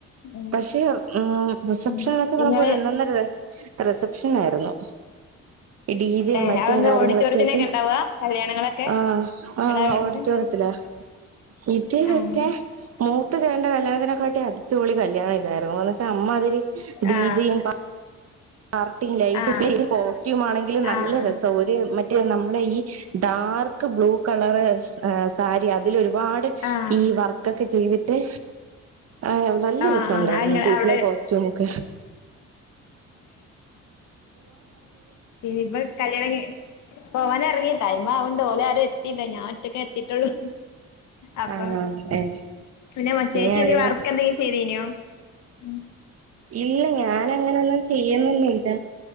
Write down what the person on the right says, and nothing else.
പക്ഷേ ഉം റിസപ്ഷൻ
എന്നൊക്കെ പറുമ്പോ
ഒരൊന്നൊന്നര രസ് റിസപ്ഷനായിരുന്നു. ഡി ജെ
മറ്റും
കാര്യങ്ങളൊക്കെയായിട്ട്
ആ ആ
ഓഡിറ്റോറിയത്തില. ഇത് മറ്റേ
മൂത്ത ചേട്ടന്റെ കല്യാണത്തിന ക്കാട്ടി അടിച്ച് പൊളി കല്യാണായിരുന്നു എറങ്ങൊന്നോയ്ച്ചാ അമ്മാതിരി ബീജയും
പാ പാർട്ടി ലൈറ്റും
പിന്നെ കോസ്റ്റ്യൂം ആണെങ്കിലും നല്ല
രസാ ഓര് മ നമ്മടെ ഈ ഡാർക്ക് ബ്ലൂ കളറ് സാരി അതിലൊരുപാട്
ഈ വർക്ക ക്കെ ചെയ്തിട്ട് ആ നല്ല
രസൊണ്ടായിരുന്നു
ചേച്ചിന്റെ
കോസ്റ്റ്യൂമൊക്കെ.
ആ ഏ,
നീ ആരല്ല
ഇല്ല ഞാനങ്ങനൊന്നും ചെയ്യുന്നൊന്നുല്ല